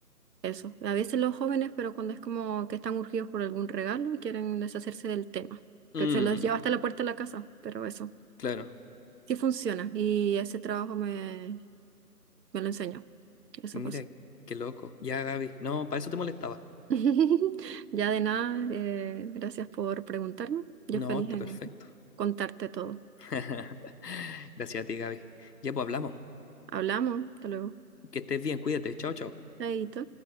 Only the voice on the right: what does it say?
Eso. A veces los jóvenes, pero cuando es como que están urgidos por algún regalo y quieren deshacerse del tema,
que se los lleva hasta la puerta de la casa, pero eso.
Sí funciona y ese trabajo me me lo enseñó. Eso
pasó.
<laughs> Ya de nada, eh, gracias por preguntarme. Yo
feliz
en
contarte todo.
Hablamos, hasta luego.
Chaito.